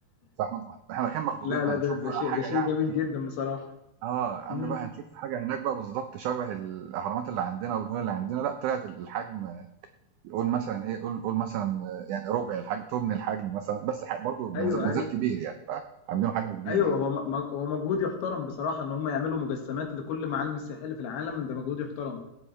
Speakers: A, on the right; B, on the left.
A: فإحنا إحنا رايحين مخضوضين
B: لا
A: إحنا
B: لا ده
A: هنشوف
B: ده
A: بقى
B: شيء
A: حاجة
B: ده شيء
A: يعني
B: جميل جدا بصراحة
A: آه، قالنا
B: امم
A: بقى هنشوف حاجة هناك بقى بالضبط شبه الأهرامات اللي عندنا وأبو الهول اللي عندنا، لأ طلعت الحجم قول مثلا إيه، قول قول مثلًا آآ يعني ربع الحجم، تُمن الحجم مثلًا، بس ح برضه
B: ايوه
A: بنز ما
B: ايوه
A: زال كبير يعني، فعاملينه حجم كبير
B: ايوه
A: يعني.
B: هو م- هو مجهود يحترم بصراحة ان هم يعملوا مجسمات لكل معالم السياحية اللي في العالم ده مجهود يحترم